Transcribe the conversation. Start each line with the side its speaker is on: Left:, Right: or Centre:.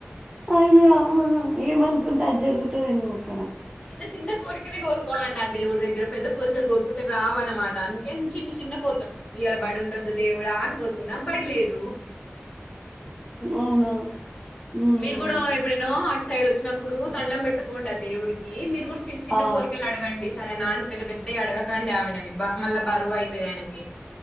Right: అయ్యాహా ఏమనుకుంటే అది జరుగుతందేమో ఇక్కడ
Left: చి చిన్న కోరికలి కోరుకోఅండి ఆ దేవుడు దె గర పెద్ద కోరికలు కోరుకుంటే రావ అన్నమాట అందుకే చిన్న చిన్న కోరుతా ఇయాల బడుండద్ దేవుళ అని కోరుకు నాబడి లేదు
Right: అవునా మ్మ్
Left: మీరు కూడా ఎప్పుడైనో అటు సైడ్ వచ్చినప్పుడు దండం పెట్టుకోండి ఆ దేవుడికి మీరు కూడా చిన్న చిన్న
Right: ఆ
Left: కోరికల అడగండి సరే నను పెద పెద్ద అడగకండి ఆమెనని మళ్ళా బరువు అయితయి ఆయనకి